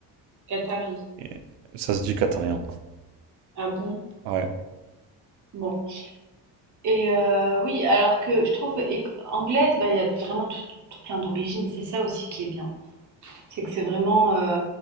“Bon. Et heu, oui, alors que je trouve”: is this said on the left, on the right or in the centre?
Right